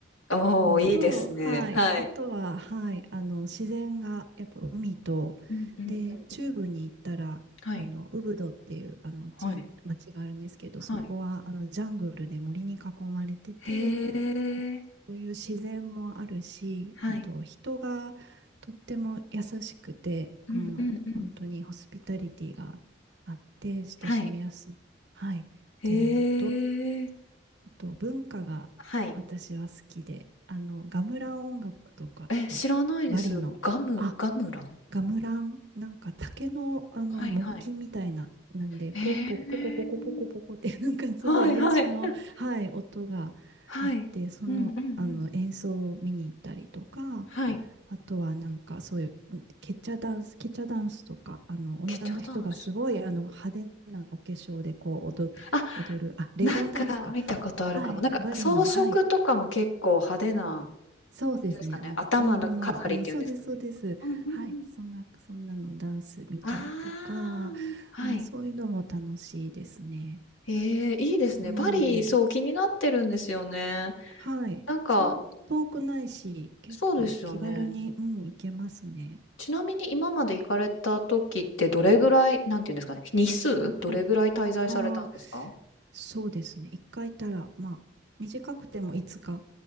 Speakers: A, on the left; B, on the right.
A: おお、
B: のと、
A: いいですね。
B: はい、
A: はい。
B: あとは、はい、あの自然がやっぱ海と、
A: うん。うんうんうんうん
B: で、中部に行ったら、
A: はい、
B: あのウブドっていうあの地町があるんですけど、
A: はい、はい。
B: そこはあのジャングルで森に囲まれてて、
A: へえ。
B: そういう自然もあるし、
A: はい。
B: あと人がとっても優しくて、
A: うんうんうん。
B: もう本当にホスピタリティがあって親しみやすい、
A: はい。
B: はい、っていうのと、
A: へえ。
B: あと文化が私は好きで、
A: はい。
B: あの、ガムラン音楽とかって、
A: え、知らないです。
B: バリの、
A: ガムガムラン？
B: あ、ガムラン、なんか竹の、あの、
A: はいはい。
B: 木琴みたいな、なんで、
A: へえ。
B: ポンポコポコポコポコポコって、<laughs> なんかすごい癒しの、
A: はいはい。あ
B: はい、音があって、
A: はい。
B: その、
A: うんうんうん。
B: あの、演奏を見に行ったりとか、
A: はい。
B: あとはなんかそういううんケチャダンス、ケチャダンスとか、あの、女の人がすごい、
A: ケチャダンス。
B: あの、派手なお化粧でこう踊っ、
A: あ、
B: 踊る、あ、レゴンダンスか。
A: なんか見たことあるかも。
B: はい。
A: なんか装飾とかも結構派手な
B: バリの、はい。そうですね。
A: 感じですかね。
B: なんか金色の、
A: 頭の飾りっていうんですかね。
B: あの、そうです、そうです。
A: うんうんうん。
B: はい。そんな、そんなのダンス見たりとか、
A: ああ、はい。
B: うん、そういうのも楽しいですね。
A: ええ、いいですね。
B: うん。
A: バリ、そう、気になってるんですよね。
B: はい。
A: なんか、
B: そんな遠くないし、結構気軽に、
A: そうですよね。
B: うん、行けますね。
A: ちなみに今まで行かれた時ってどれぐらい、なんていうんですかね、日数どれぐらい滞在されたんですか？
B: はい。ああ、そうですね。一回行ったら、まあ、短くてもいつか